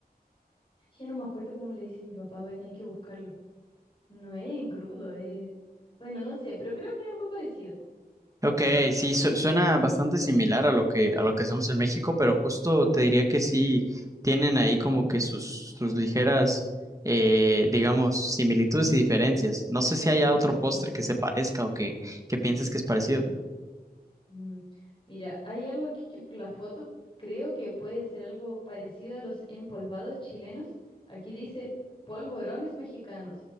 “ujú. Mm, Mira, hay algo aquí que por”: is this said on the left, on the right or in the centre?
Left